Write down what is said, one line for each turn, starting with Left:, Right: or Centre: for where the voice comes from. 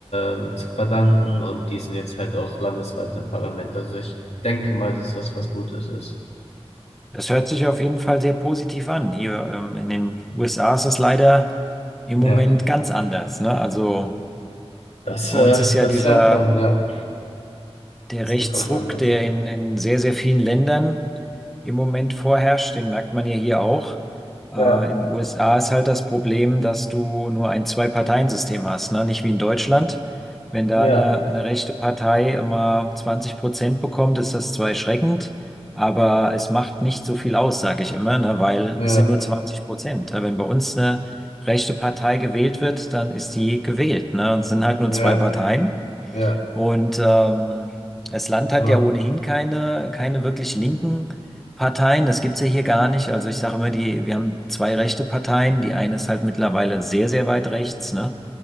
Left: ähm, zu verdanken und die sind jetzt halt auch landesweit im Parlament. Also ich denke mal, dass das was Gutes ist.
Centre: Das hört sich auf jeden Fall sehr positiv an. Hier, ähm, in den USA ist das leider im
Left: Ja,
Centre: Moment ganz anders, ne? Also
Left: das,
Centre: bei
Left: äh,
Centre: uns ist ja
Left: das
Centre: dieser
Left: hört man, ja.
Centre: der
Left: Das
Centre: Rechtsruck,
Left: bekommt man mit.
Centre: der in, in sehr, sehr vielen Ländern im Moment vorherrscht, den merkt man ja hier auch. Äh,
Left: Ja,
Centre: in den USA ist halt das Problem, dass du nur ein Zwei-Parteien-System hast, ne? Nicht wie in Deutschland. Wenn da
Left: ja,
Centre: eine, eine rechte Partei immer 20 Prozent bekommt, ist das zwar erschreckend, aber es macht nicht so viel aus, sage ich immer, ne? Weil
Left: ja,
Centre: es sind nur 20 Prozent. Ja, Wenn bei uns eine rechte Partei gewählt wird, dann ist die gewählt, ne? Es sind halt
Left: ja,
Centre: nur zwei Parteien.
Left: ja,
Centre: Und ähm, das Land
Left: genau.
Centre: hat ja ohnehin keine, keine wirklich linken Parteien. Das gibt's ja hier gar nicht. Also ich sage immer, die, wir haben zwei rechte Parteien. Die eine ist halt mittlerweile sehr, sehr weit rechts, ne?